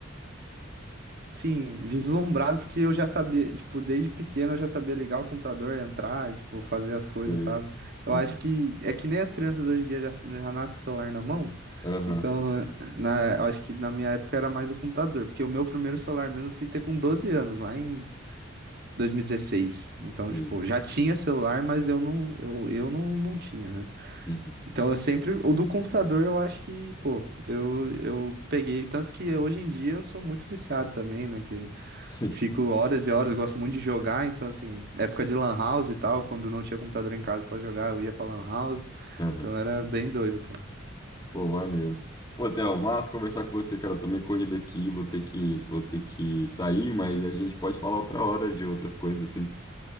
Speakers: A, on the right; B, on the left.
A: Sim, vislumbrado, porque eu já sabia, tipo, desde pequeno eu já sabia ligar o computador, entrar, e, tipo, fazer as coisas,
B: Sei.
A: sabe? Eu
B: Aham,
A: acho que é que nem as crianças hoje em dia já, já nascem com o celular na mão.
B: Aham.
A: Então, na, eu acho que na minha época era mais o computador, porque o meu primeiro celular mesmo eu fui ter com 12 anos, lá em 2016. Então,
B: Sei.
A: tipo, já tinha celular, mas eu não, eu, eu não, não tinha, né?
B: Uhum.
A: Então, eu sempre, o do computador eu acho que, pô, eu, eu peguei, tanto que hoje em dia eu sou muito viciado também, né? Que
B: <laughs>
A: Fico horas e horas, eu gosto muito de jogar, então assim, época de lan house e tal, quando não tinha computador em casa pra jogar, eu ia pra lan house,
B: Sim.
A: então era bem doido, cara.
B: Pô, maneiro. Pô, Theo, massa conversar com você, cara. Eu tomei corrida aqui, vou ter que, vou ter que sair, mas a gente pode falar outra hora de outras coisas assim,